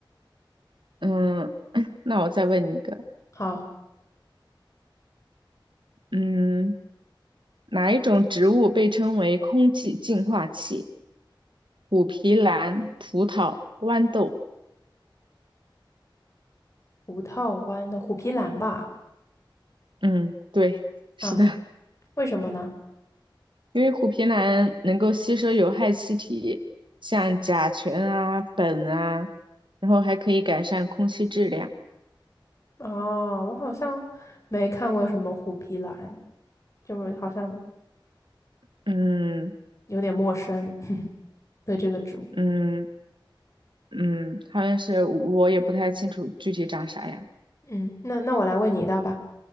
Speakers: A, on the right; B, on the left.
A: 嗯，<laughs> <clears throat> 那我再问你一个，
B: 好，
A: 嗯，哪一种植物被称为空气净化器？虎皮兰、葡萄、豌豆，
B: 五套湾的虎皮兰吧？
A: 嗯，对，是的，
B: 啊，为什么呢？
A: 因为虎皮兰能够吸收有害气体，像甲醛啊、苯啊，然后还可以改善空气质量。
B: 哦，我好像没看过什么虎皮兰，就是好像
A: 嗯
B: 有点陌生，<laughs> 对这个植物。
A: 嗯嗯，好像是我也不太清楚具体长啥样。
B: 嗯，那那我来问你一道吧。